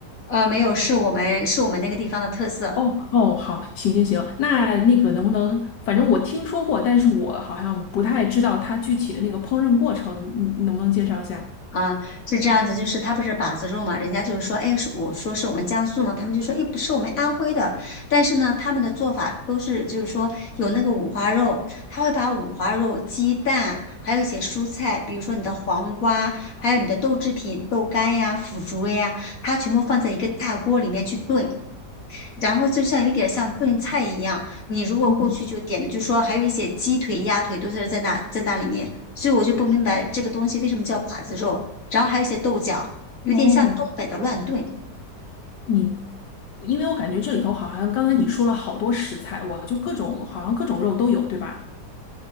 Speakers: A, on the left; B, on the left.
A: 呃，没有，是我们是我们那个地方的特色。
B: 哦哦，好，行行行，那那个能不能，反正我听说过，但是我好像不太知道它具体的那个烹饪过程，你你能不能介绍一下？
A: 啊，是这样子，就是他不是把子肉嘛，人家就是说，哎，是我说是我们江苏嘛，他们就说，哎，不是我们安徽的，但是呢，他们的做法都是就是说有那个五花肉，他会把五花肉、鸡蛋，还有一些蔬菜，比如说你的黄瓜，还有你的豆制品、豆干呀、腐竹呀，它全部放在一个大锅里面去炖，然后就像有点像炖菜一样，你如果过去就点的，
B: 嗯，
A: 就说还有一些鸡腿、鸭腿都是在那在那里面，所以我就不明白这个东西为什么叫把子肉，然后还有一些豆角，有点像东北的乱炖，
B: 哦，你，因为我感觉这里头好像刚才你说了好多食材，我就各种好像各种肉都有，对吧？